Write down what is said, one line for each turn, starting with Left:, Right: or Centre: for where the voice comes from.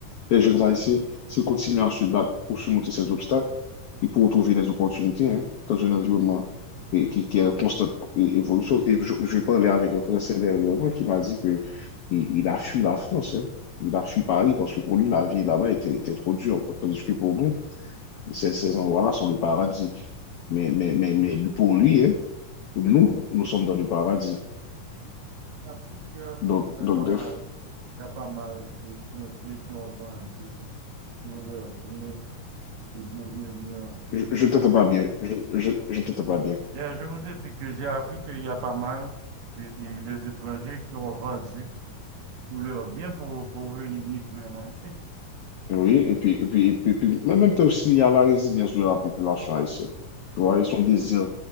Left: les jeunes Haïtiens, s'ils continuent à se battre pour surmonter ces obstacles, et pour trouver des opportunités hein, dans un environnement et, qui, qui est en constante é- évolution. Et je, je parlais avec un Français dernièrement qui m'a dit que il, il a fui la France, hein. Il a fui Paris parce que pour lui, la vie là-bas était, était trop dure. Tandis que pour nous, ces, ces endroits-là sont le paradis. Mais, mais, mais, mais pour lui, hein, nous, nous sommes dans le paradis.
Right: y a plusieurs
Left: Donc,
Right: prix, il y a
Left: donc
Right: pas
Left: de-
Right: mal, il y a pas mal de de- de gens vendus pour leur bien et pour venir vivre
Left: je je ne t'entends pas
Right: ici.
Left: bien. Je, je, je ne t'entends pas bien.
Right: Bien, je vous ai dit que j'ai appris qu'il y a pas mal de- de- des étrangers qui ont vendu pour leur bien pour, pour venir vivre en Haïti.
Left: Oui, et puis, et puis, et puis, et puis, mais en même temps aussi, il y a la résilience de la population haïtienne. Tu vois, et son désir